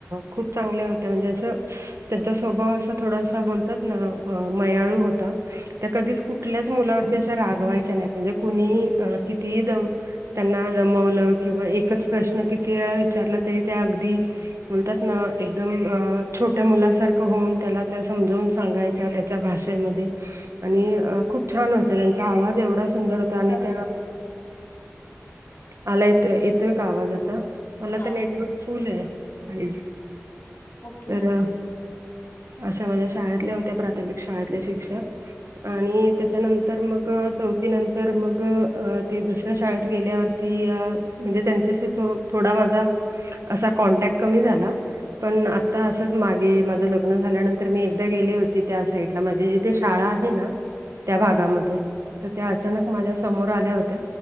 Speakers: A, on the right (about 70°); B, on the left (about 55°).
A: खूप. चांगल्या होत्या म्हणजे असं त्यांचा स्वभाव असा थोडासा बोलतात ना मयाळू होता. त्या कधीच कुठल्याच मुलावरती अशा रागवायच्या नाहीत म्हणजे कुणी किती दम. त्यांना जमवलं किंवा एकच प्रश्न किती वेळा विचारला तरी त्या अगदी. बोलतात ना एकदम अ छोट्या मुलासारखं होऊन त्याला त्या समजवून सांगायच्या त्या. भाषेमध्ये आणि खूप छान होते त्यांचा आवाज एवढा. सुंदर
B: आवाज
A: होत आणि
B: जातोय
A: त्या
B: तुझा
A: आला येतो येतोय का आवाज आता. मला
B: हा
A: तर नेटवर्क फुल आहे फायजी
B: ओके
A: तर.
B: बोल
A: अशा माझ्या शाळेतले होत्या प्राथमिक शाळेतले शिक्षक. आणि त्याच्यानंतर मग चौथीनंतर मग अ ते दुसऱ्या शाळेत गेल्यावर. ती म्हणजे त्यांच्याशी थोडा माझा असा कॉन्टॅक्ट कमी झाला. पण आता असंच मागे माझं लग्न झाल्यानंतर मी एकदा गेले होते त्या साईड. माझी जिथे शाळा आहे ना.
B: ह.
A: त्या भागामध्ये. तर त्या अचानक माझ्या समोर आल्या होत्या